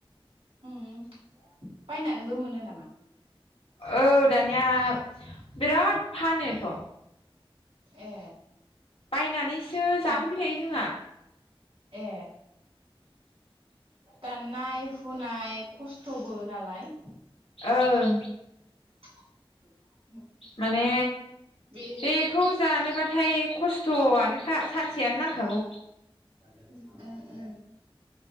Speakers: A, on the right; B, on the left.
A: उम। बायनानैबो मोनो नामा?
B: औ दानिया बिराद फानोथ'।
A: ए
B: बायनानैसो जाफैबाय
A: दा
B: थायो जोंहा।
A: ए दाननाय हुनाय खस्थ'बो नालाय।
B: ओं
A: <inaudible>
B: माने
A: बे
B: बेखौ जानोबाथाय खस्थ'आनोखा सानसेयानो नांखागौ।
A: <inaudible> ओ ओं